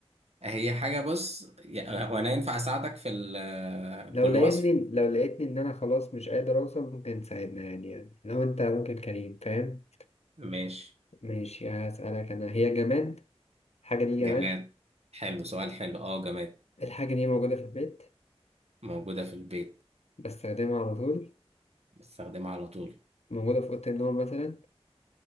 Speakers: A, on the right (about 75°); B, on the left (about 75°).
A: هي حاجة بص يا- هو انا ينفع اساعدك في ال...
B: لو
A: بالوصف
B: لقيتني لو لقيتني إن أنا خلاص مش قادر أوصل ممكن تساعدنا يعني يعني لو أنت ممكن كريم فاهم؟
A: ماشي
B: ماشي هسألك أنا هي جماد؟ الحاجة دي
A: جماد
B: جماد؟
A: حلو سؤال حلو اه جماد
B: الحاجة دي موجودة في البيت
A: موجودة في البيت
B: بستخدمها على طول
A: بستخدمها على طول
B: موجودة في أوضة النوم مثلا